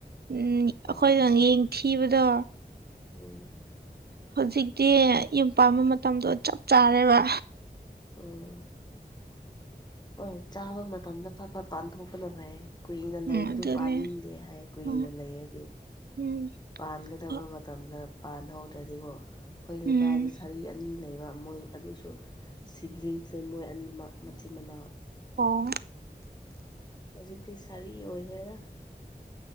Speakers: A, on the right; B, on the left.
A: ꯎꯝ
B: ꯍꯣꯏ
A: ꯑꯩꯈꯣꯏꯅ
B: ꯍꯣꯏ
A: ꯌꯦꯡꯊꯤꯕꯗꯣ
B: ꯎꯝ
A: ꯍꯧꯖꯤꯛꯇꯤ ꯌꯨꯝ ꯄꯥꯟꯕ ꯃꯇꯝꯗꯣ ꯆꯞ ꯆꯥꯔꯦꯕ
B: ꯎꯝ ꯍꯣꯏ ꯆꯥꯕ ꯃꯇꯝꯗ ꯐꯠ ꯐꯠ ꯄꯥꯟꯊꯣꯛꯄꯅ ꯐꯩꯌꯦ ꯀꯨꯏꯅ
A: ꯎꯝ
B: ꯂꯩꯕꯗꯨ
A: ꯑꯗꯨꯅꯦ
B: ꯄꯥꯅꯤꯡꯗꯦ ꯍꯥꯏ ꯀꯨꯏꯅ
A: ꯍꯣꯏ
B: ꯂꯩꯔꯗꯤ
A: ꯎꯝ
B: ꯄꯥꯟꯒꯗꯕ
A: ꯍꯣꯏ
B: ꯃꯇꯝꯗ ꯄꯥꯟꯍꯧꯗ꯭ꯔꯗꯤꯀꯣ ꯑꯈꯣꯏ ꯂꯩꯀꯥꯏꯗ
A: ꯎꯝ
B: ꯁꯔꯤ ꯑꯅꯤ ꯂꯩꯕ ꯃꯣꯏ ꯑꯗꯨꯁꯨ ꯁꯤꯕ꯭ꯂꯤꯡꯁꯦ ꯃꯣꯏ ꯑꯅꯤꯃꯛ ꯃꯆꯤꯟ ꯃꯅꯥꯎ
A: ꯑꯣ
B: ꯍꯧꯖꯤꯛꯗꯤ ꯁꯔꯤ ꯑꯣꯏꯈ꯭ꯔꯦꯗ